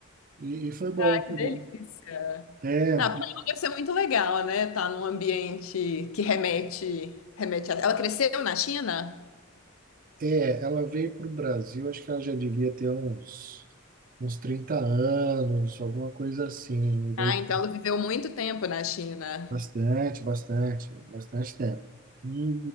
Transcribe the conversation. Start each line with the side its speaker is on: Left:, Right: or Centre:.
Right: E, e foi bom,
Left: ah, que
Right: foi
Left: delícia.
Right: bom. É,
Left: Não, pra ela deve ser muito legal, né? Tá num ambiente que remete, remete a... Ela cresceu na China?
Right: é, ela veio para o Brasil, acho que ela já devia ter uns, uns 30 anos, alguma coisa assim. Veio
Left: Ah, então ela viveu muito tempo na China.
Right: Bastante, bastante, bastante tempo. Não